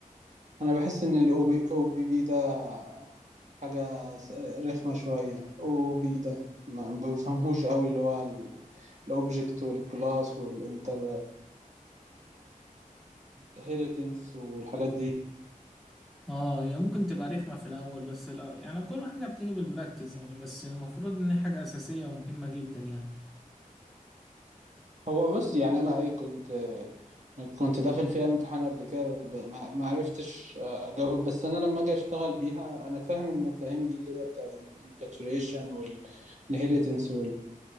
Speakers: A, on the right (about 55°); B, in the centre.
A: انا بحس ان الاو بي او بي بي ده حاجة س- رخمة شوية او بي ده ما ما بفهمهوش قوي اللي هو الاوبجكت والكلاس والانتر انهيرنس والحاجات دي
B: اه هي ممكن تبقى رخمة في الأول بس لا يعني كل حاجة بتيجي بالبراكتس يعني بس المفروض إن هي حاجة أساسية ومهمة جدا يعني
A: هو بص يعني انا ايه كنت كنت داخل فيها امتحان قبل كده ب- ما ما عرفتش آه، اجاوب بس انا لما اجي اشتغل بيها انا فاهم المفاهيم دي اللي هي بتاعت الانكابسوليشن والهيريتنس